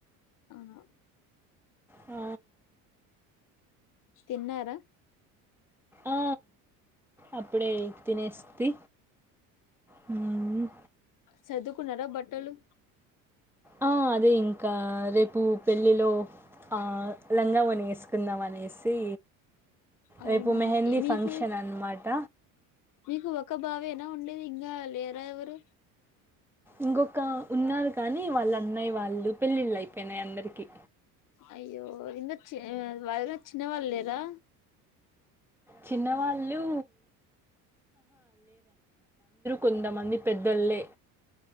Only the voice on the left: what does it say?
అహ
తిన్నారా
సర్దుకున్నారా బట్టలు
అవునా
ఏ మీకు
మీకు ఒక బావేనా ఉండేది ఇంగా లేరా ఎవరు
అయ్యో వదినచే వదినకు చిన్న వాళ్ళు లేరా